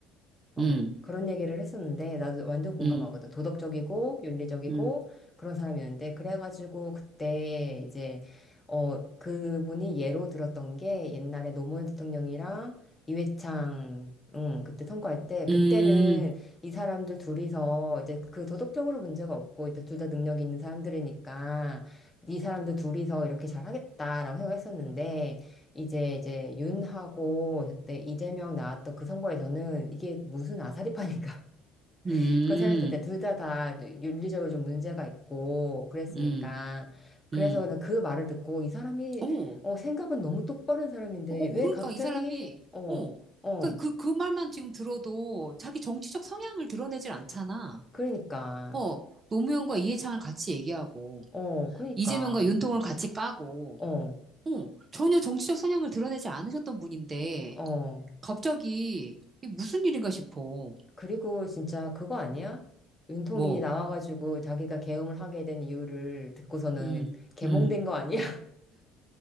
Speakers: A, on the left; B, on the right.
A: 어,
B: 음,
A: 그런 얘기를 했었는데 나도 완전 공감하거든.
B: 음,
A: 도덕적이고 윤리적이고
B: 음,
A: 그런 사람이었는데 그래가지고 그때 이제 어 그분이 예로 들었던 게 옛날에 노무현 대통령이랑 이회창 응, 그때 선거할 때 그때는
B: 음,
A: 이 사람들 둘이서 이제 그 도덕적으로 문제가 없고 이제 둘 다 능력 있는 사람들이니까 이 사람들 둘이서 이렇게 잘하겠다라고 생각했었는데 이제 이제 윤하고 그때 이재명 나왔던 그 선거에서는 이게 무슨 아사리파니까 <laughs>
B: 음,
A: 그거 생각했을 때 둘 다 다 윤리적으로 좀 문제가 있고 그랬으니까
B: 음,
A: 그래서
B: 음.
A: 그냥 그 말을 듣고 이 사람이
B: 오,
A: 어 생각은 너무 똑바른 사람인데
B: 오,
A: 왜
B: 그러니까
A: 갑자기
B: 이 사람이
A: 어
B: 오,
A: 어
B: 그그 그그 말만 지금 들어도 자기 정치적 성향을 드러내질 않잖아.
A: 그러니까
B: 어, 노무현과 이해창을 같이 얘기하고,
A: 어 그러니까
B: 이재명과 윤통을 같이 까고,
A: 어
B: 어, 전혀 정치적 성향을 드러내지 않으셨던 분인데,
A: 어
B: 갑자기, 이게 무슨 일인가 싶어.
A: 그리고 진짜 그거 아니야? 윤통이
B: 뭐,
A: 나와가지고 자기가 계엄을 하게 된 이유를 듣고서는
B: 음,
A: 개몽된
B: 음.
A: 거 아니야?